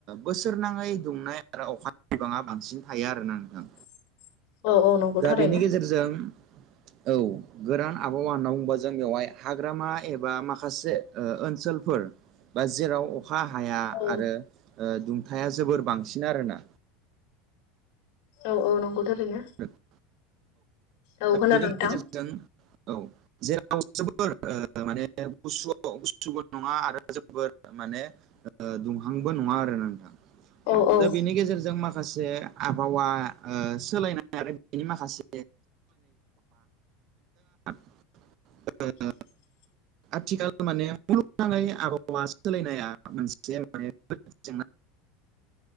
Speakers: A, on the right; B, on the left.
A: बोसोर नाङै दुंनाय आरो अखा बिबाङा बांसिन थायो आरोना नोंथां।
B: <inaudible> औ औ नंगौ
A: दा
B: थारैनो
A: बेनि गेजेरजों
B: <inaudible>
A: औ गोरान आबहावा होनना बुंबा जों बेवहाय हाग्रामा एबा माखासे ओनसोलफोर बा जेराव अखा हाया
B: औ
A: आरो दुंथाया जोबोर बांसिन आरोना।
B: औ औ नंगौ थारैनो।
A: औ
B: औ
A: दा
B: खोनादों
A: बिनि गेजेरजों
B: नोंथां
A: जों औ जेराव जोबोर माने बे गुसुआव <unintelligible> नङा आरो <unintelligible> माने दुंहांबो नङा आरो ना नोंथां।
B: औ औ
A: दा बेनि गेजेरजों माखासे आबहावा ओ सि सोलायनाय आरो बिनि माखासे <unintelligible> <unintelligible>
B: <inaudible>
A: आथिखालाव माने मुलुगनाङै आबहावा सोलायनाया मोनसे माने <unintelligible>